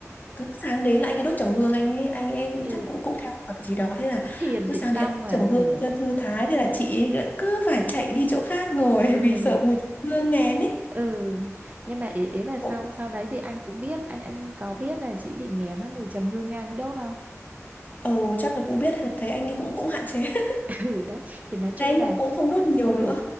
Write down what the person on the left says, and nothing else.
cứ sáng đến là anh ấy đốt trầm hương anh ấy anh ấy
chắc cũng cũng theo Phật gì đó thế là
cứ
sáng
đến đốt
trầm hương
cho thư thái thế là chị ấy cứ phải chạy đi chỗ khác ngồi
<laughs> vì sợ mùi hương nghén ấy
Cũng-
ừ chắc là cũng biết hay là thấy anh ấy cũng cũng hạn chế <laughs>
thế anh
cũng cũng không đốt nhiều
nữa